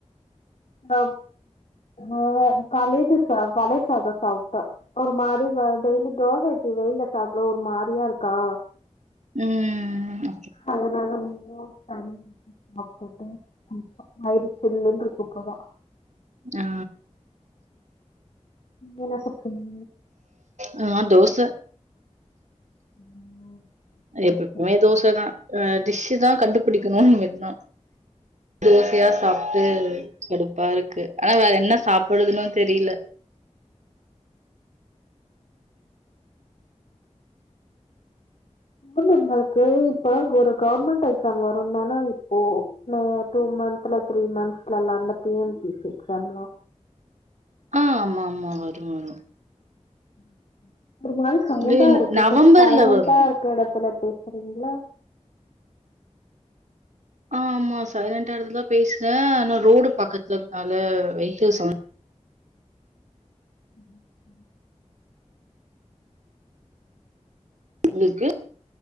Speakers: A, on the left; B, on the right.
A: ஆ ஆ பழேது சா பழைய சாதொ சாப்பிட்ட ஒரு மாரி டெய்லி தோச இட்லி வெயில சாப்ட ஒரு மாரியா இருக்கா
B: ம் ம்
A: அதனால <unintelligible> வயிறு ஃபுல்லுனுருக்கு இப்ப தா
B: ஆ
A: என்ன சாப்டிங்க
B: நா தோச
A: <inaudible>
B: ஆ எப்
A: ஓகே
B: எப்புமே தோச தா ஆ டிஷீ தா கண்டுபிடிக்கணுன் எண்ணோ தோசயா சாப்ட்டு கடுப்பாருக்கு ஆனா வேற என்ன சாப் படுதணு தெரில
A: பு நம்மளுக்கு இப்பதாக் கொரு கவுர்மெண்ட் எக்ஸ்ஸாம் வருன்தான இப்போ ஆ டூ மந்த்தல த்ரீ மந்த்ஸ்ல அந்த T N P C exam
B: ஆ ஆமா ஆமா வரோ வரோ
A: உ உம் ஒரு மாரி சவுண்டா
B: இது
A: இருக்கு
B: நவம்பர்ல
A: கொஞ் சைலெண்டா
B: வரும்.
A: இருக்க எடத்துல பேசுறீங்ளா
B: ஆமா சைலெண்டா <unintelligible> பேசுனே ஆனா ரோடு பக்கத்ல இருந்தனால வெஹிக்கிள் சவுண்
A: உ உ உம்
B: உங்ளுக்கு